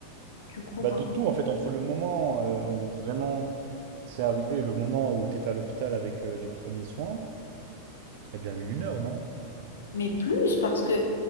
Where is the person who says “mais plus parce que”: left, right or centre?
Left